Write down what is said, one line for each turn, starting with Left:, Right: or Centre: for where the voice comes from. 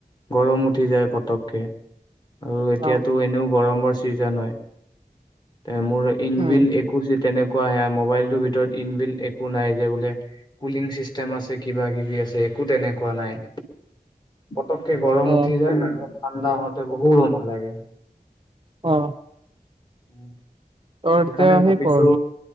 Left: গৰম উঠি যায় পতককে। আৰু এতিয়াতো
Right: অ
Left: এনেও গৰমৰ জান হয় এ মোৰ ইনভিল
Right: উম
Left: একৈছ ইট তেনেকুৱা সেয়া মোবাইল ভিতৰত ইনবিল্ট একো নাই যে বোলে কুলিং চিষ্টেম আছে কিবা কিবি আছে একো তেনেকুৱা নাই পতককে গৰম
Right: অ
Left: উঠি যায় ঠাণ্ডা হওঁতে বহুত সময় লাগে
Right: অ
Left: উ <unintelligible>
Right: ত
Left: সেইকাৰণে
Right: এতিয়া সেই
Left: ভাবিছো
Right: কৰ